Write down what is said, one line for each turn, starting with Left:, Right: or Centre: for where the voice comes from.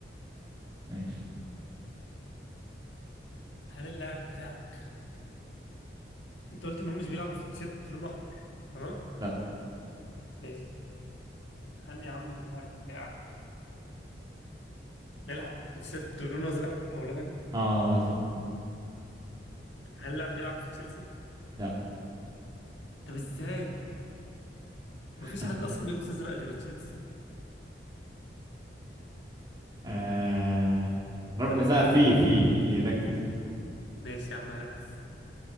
Right: ماشي
Left: هل اللاعب بتاعك انت قلت ان هو مش بيلعب في تيشيرت لونه احمر تمام
Right: لا
Left: ماشي هل يا عم اللاعب بتاعك بيلعب في تيشيرت لونه ازرق او لبني
Right: اه ازرق
Left: هل اللاعب بيلعب في تشيلسي
Right: لا
Left: طب ازاي
Right: <laughs>
Left: مفيش حد اصلا بيلبس ازرق غير تشيلسي
Right: آه رب...
Left: طب
Right: لا
Left: اسال
Right: في
Left: انت
Right: في في ركز
Left: ماشي يا عم ركز